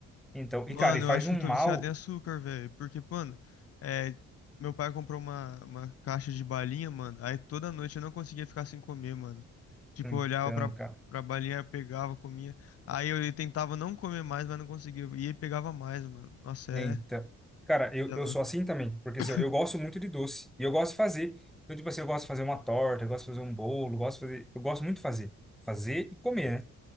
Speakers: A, in the centre; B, on the left.
A: Então,
B: Mano,
A: e cara, e faz
B: eu acho
A: um
B: que eu tô
A: mal...
B: viciado em açúcar, velho. Porque, mano, é, meu pai comprou uma, uma caixa de balinha, mano. Aí toda noite eu não conseguia ficar sem comer, mano. Tipo,
A: Então,
B: eu olhava pra,
A: cara
B: pra balinha, eu pegava, comia. Aí eu tentava não comer mais, mas não conseguia. E aí pegava mais, mano. Nossa, é.
A: Então, cara, eu,
B: é
A: eu
B: louco.
A: sou assim também, porque
B: <laughs>
A: assim, eu gosto muito de doce, e eu gosto de fazer. Eu, tipo assim, eu gosto de fazer uma torta, eu gosto de fazer um bolo, eu gosto de fazer, eu gosto muito de fazer, fazer e comer, né?